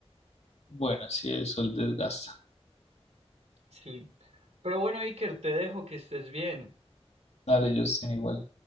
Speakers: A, on the left; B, on the right.
A: Bueno, sí, el sol desgasta.
B: Sí. Pero bueno, Iker, te dejo que estés bien.
A: Dale, Justin, igual.